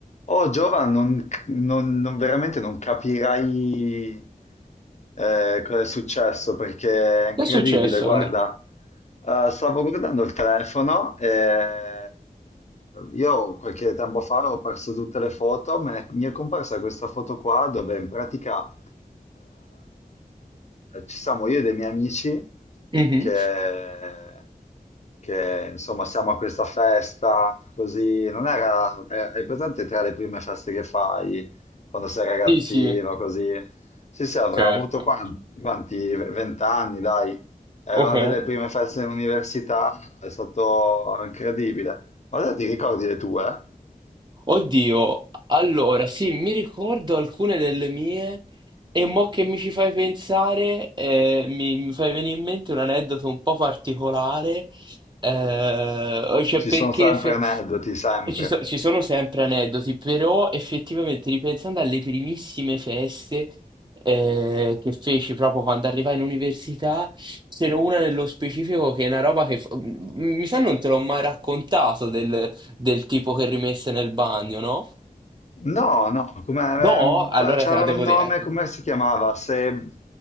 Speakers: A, on the left (about 50°); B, on the right (about 30°).
A: Oh, Giovan, non, non- non- veramente non capirai eh, cosa è successo perché è incredibile.
B: Che è successo,
A: Guarda,
B: Andrea?
A: eh, stavo guardando il telefono e io qualche tempo fa ho perso tutte le foto, me ne- mi è comparsa questa foto qua dove in pratica eh, ci siamo io e dei miei amici
B: Mhm.
A: che, che, insomma siamo a questa festa così, non era, eh, hai presente tra le prime feste che fai quando sei ragazzino
B: Sì, sì,
A: così? Sì, sì, avrà
B: certo.
A: avuto quan- quanti, vent'anni, dai. Era
B: Ok.
A: una delle prime feste in università, è stato incredibile. Ma te ti ricordi le tue?
B: Oddio, allora sì, mi ricordo alcune delle mie e mo che mi ci fai pensare, eh, mi, mi fai venire in mente un aneddoto un po' particolare, eh, cioè
A: Ci
B: perché
A: sono sempre
B: fe-
A: aneddoti, sempre.
B: e ci, so- ci sono sempre aneddoti, però effettivamente ripensando alle primissime feste eh, che feci proprio quando arrivai in università, ce n'è una nello specifico che è una roba che f- mi sa non te l'ho mai raccontato del del tipo che rimesse nel bagno, no?
A: No, no, come,
B: No, allora
A: eh, c'era
B: te la devo
A: un nome,
B: dire.
A: come si chiamava? Se